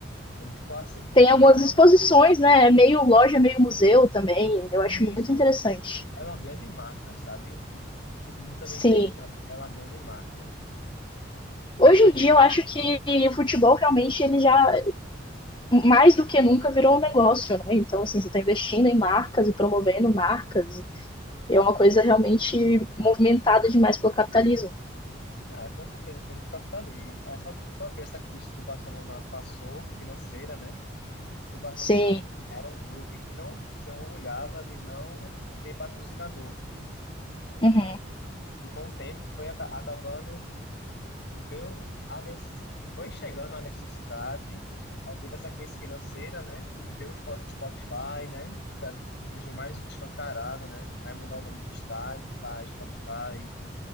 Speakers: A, on the left; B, on the left.
A: Ele ficou assim que,
B: Tem
A: tipo,
B: algumas
A: é uma,
B: exposições, né? É meio loja, meio museu também. Eu acho
A: e
B: muito
A: isso
B: interessante.
A: é uma grande marca, sabe? O, o clube também
B: Sim.
A: tem isso, é uma grande marca. E
B: Hoje
A: a
B: em
A: gente,
B: dia eu acho que o futebol realmente ele já mais do que nunca virou um negócio, né? Então assim, você está investindo em marcas e promovendo marcas. E é uma coisa realmente movimentada demais pelo capitalismo.
A: ah, é, com certeza, coisa do capitalismo. É só, é só ver essa crise que o Barcelona passou, financeira, né? Que o Barcelona
B: Sim.
A: era um clube que não se orgulhava de não ter patrocinador.
B: Uhum.
A: E com o tempo foi aca- acabando, deu a nece- foi chegando a necessidade, aí teve essa crise financeira, né? E veio o Spo- o Spotify, né? Que tá, deixou mais escancarado, né? Vai mudar o nome do estádio para Spotify.